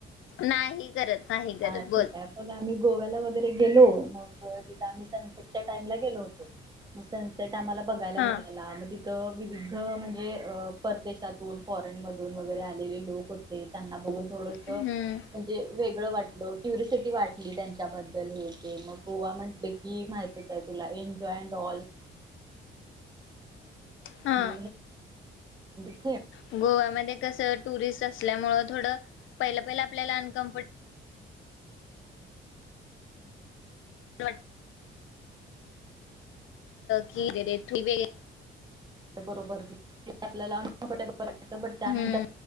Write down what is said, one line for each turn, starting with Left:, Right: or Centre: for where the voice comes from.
Left: नाही करत नाही करत
Right: हा ठीक
Left: बोल
Right: आहे पण आम्ही गोव्याला वगैरे गेलो मग आम्ही सनसेटच्या टाईमला गेलो होतो सनट आम्हाला बघायला
Left: हा
Right: मिळाला मग तिथ विध म्हणजे परदेश फॉरेन मधून वगैरे आले लोक होते त्यांना बघ थोडस
Left: हम्म
Right: म्हणजे वेगळं वाट क्युरसिटी वाटली त्यांच्याबद्दल हे ते मग गोवा म्हंटले की माहितच आहे तुला एन्जॉय अड ऑल
Left: हा
Right: मु ह
Left: गोव्यामध्ये कस टुरिस्ट असल्यामुं थोडं पहिलं पहिलं आपल्याला अनकम्फर्टेल <inaudible> की <inaudible>
Right: बरोबर आपल्याला अनकमफर्टेबल त्यानंतर
Left: हम्म